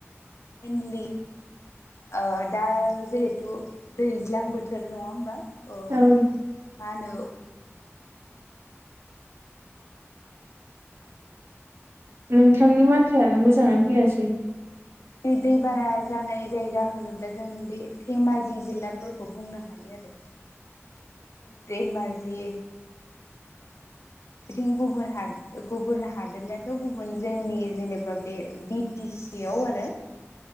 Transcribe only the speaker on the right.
औ
नोंथांनि बाथ्रायानो मोजाङै फैयासै।
<unintelligible>